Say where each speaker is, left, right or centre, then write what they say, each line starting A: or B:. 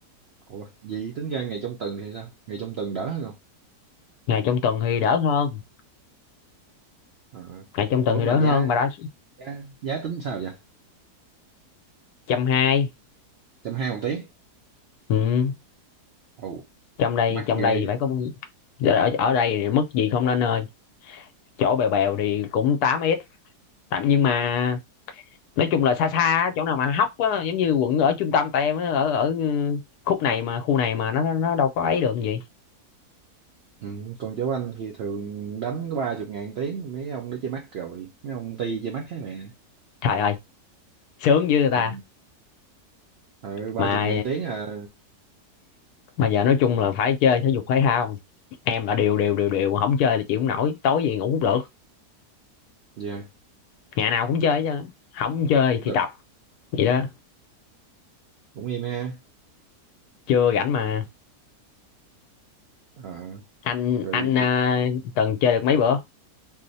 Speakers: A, on the right; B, on the left.
A: ủa vậy tính ra ngày trong tuần thì sao ngày trong tuần đỡ hơn không
B: ngày trong tuần thì đỡ hơn
A: à.
B: ngày trong tuần
A: ủa
B: thì
A: mà
B: đỡ
A: giá
B: hơn mà đã
A: giá giá tính sao vậy
B: trăm hai
A: trăm hai một tiếng
B: ừ.
A: ồ
B: trong đây
A: mắc
B: trong
A: ghê
B: đây thì phải có ở, ở đây thì mức gì không nên ơi chỗ bèo bèo thì cũng 8 s tạm nhưng mà nói chung là xa xa á, chỗ nào mà hóc á, giống như quận ở trung tâm tại em á, ở ở ừ, khúc này mà khu này mà nó nó đâu có ấy được gì
A: Ừ, còn cháu anh thì thường đánh có ba chục ngàn tiếng mấy ông đó chơi mắt rồi mấy ông ti chơi mắt hết mẹ
B: trời ơi sướng với người ta
A: ừ. ờ ba
B: mà
A: chục ngàn tiếng à
B: mà giờ nói chung là phải chơi thể dục thể thao em là đều đều đều đều không chơi là chịu không nổi tối về ngủ cũng được
A: dạ
B: ngày nào cũng chơi chứ không chơi thì
A: được
B: tập vậy đó
A: cũng im ha
B: chưa rảnh mà
A: ờ
B: anh
A: rồi
B: anh à, từng chơi được mấy bữa